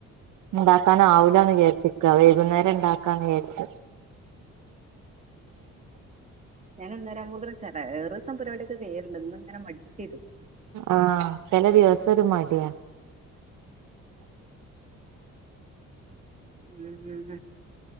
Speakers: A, on the right; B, on the right.
A: ന്ന്ണ്ടാക്കാനാവുലാന്ന് വിചാര്ച്ച്ക്ക വൈകുന്നേരംണ്ടാക്കാന്ന് വിചാരിച്ചു
B: ഞാന് ഇന്നേരാവൂമ്പക്ന് ചെല ഏറുംസം പരിപാടിക്കെ കയ്യല്ണ്ട് ഇന്ന്ങ്ങനെ മടിച്ചിരുന്നു
A: ആ ചെലെ ദിവസൊരുമടിയാ
B: ഉം